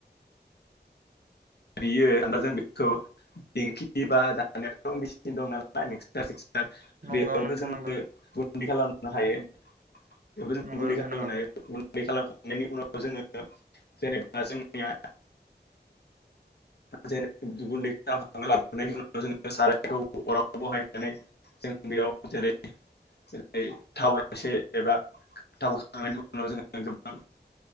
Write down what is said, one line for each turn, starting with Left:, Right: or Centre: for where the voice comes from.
Left: <unintelligible> बा मिक्सार सिक्सार
Right: नंगौ
Left: बेफोरावनो
Right: नोंथां नंगौ
Left: जोङो गुन्दै खालामनो हायो। <unintelligible>
Right: नंगौ नोंथां नंगौ
Left: गुन्दै खालामखांनायनि उनाव जोङो जेनेबा जोंनिया जे गुन्दै खालामखांना लाबोनायनि उनाव जोङो सारायखौ अराव बहायनानै जों बेयाव जेरै जेरै थाव एसे एबा थाव होखांनायनि उनाव जोङो गोबां